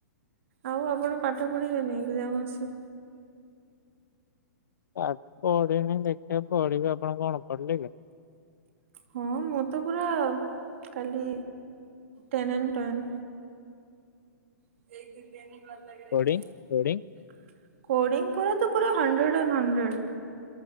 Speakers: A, on the right (about 45°); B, on the left (about 80°).
A: ଆଉ ଆପଣ ପାଠ ପଢି଼ବେନି ଏକ୍ଜାମ୍ ଅଛି?
B: ପାଠ ପଢିନି ଦେଖିବା ପଢିବି ଆପଣ କଣ ପଢ଼ିଲେ କି?
A: ହଁ ମୁଁ ତ ପୁରା କାଲି ten and ten. <unintelligible>
B: Coding coding.
A: Coding ପୁରା ତ ପୁରା ହଣ୍ଡ୍ରେଡ଼ ଆଣ୍ଡ ହଣ୍ଡ୍ରେଡ଼।